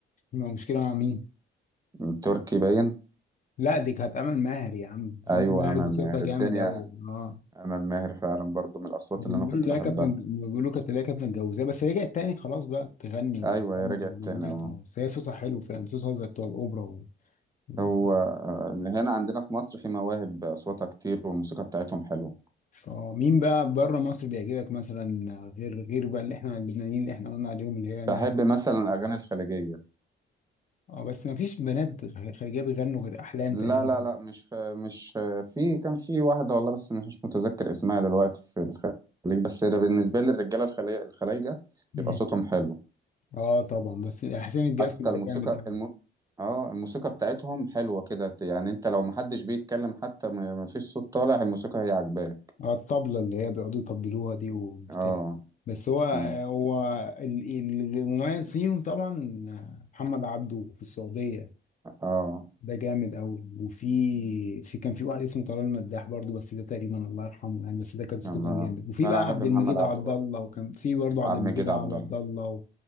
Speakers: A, on the left; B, on the right.
A: ما مشكله مع مين
B: من تركي باين
A: لا دي كانت امل ماهر يا عم
B: ايوه
A: امل ماهر
B: امل
A: دي صوتها
B: ماهر
A: جامد
B: الدنيا
A: قوي اه
B: امل ماهر فعلا برضه من الاصوات
A: بيقولوا
B: اللي انا كنت
A: لا
B: بحبها
A: كانت من- بيقولوا كانت لا كانت متجوزاه بس رجعت تاني خلاص بقى تغني وتعمل
B: ايوه هي رجعت
A: البومات
B: تاني اه
A: آه. بس هي صوتها حلو فعلا صوتها زي بتوع الاوبرا و... و...
B: هو آه، هنا عندنا في مصر في مواهب أصواتها كتير والموسيقى بتاعتهم حلوة
A: اه مين بقى بره مصر بيعجبك مثلا غير غير بقى اللي احنا اللبنانيين اللي احنا قلنا عليهم اللي هي نان
B: بحب مثلا الأغاني الخليجية
A: اه بس ما فيش بنات غ- خارجيه بيغنوا غير احلام
B: لا
A: تقريبا
B: لا لا مش مش في كان في واحدة والله بس مش مش متذكر اسمها دلوقتي في الخليج بس ده بالنسبة لي الرجالة الخلي- الخلايجة
A: مم.
B: بيبقى صوتهم حلو
A: اه طبعا بس حسين الجسمي
B: حتى
A: ده
B: الموسيقى
A: جامد قوي.
B: الم... اه الموسيقى بتاعتهم حلوة كده يعني انت لو محدش بيتكلم حتى م- مفيش صوت طالع الموسيقى هي عاجباه
A: آه، الطبلة اللي هي بيقعدوا يطبلوها دي وبتاع
B: اه
A: بس هو
B: أمم.
A: هو ال- ال- المميز فيهم طبعا محمد عبده في السعودية
B: اه
A: ده جامد قوي وفي في كان في واحد اسمه طلال مداح برضه بس ده تقريبا الله يرحمه يعني بس ده كان صوته
B: انا
A: كان جامد وفي
B: انا
A: بقى
B: احب
A: عبد
B: محمد
A: المجيد
B: عبده
A: عبد
B: برضه
A: الله وكان في برضه
B: عبد
A: عبد المجيد
B: المجيد
A: عبد
B: عبد الله
A: الله و...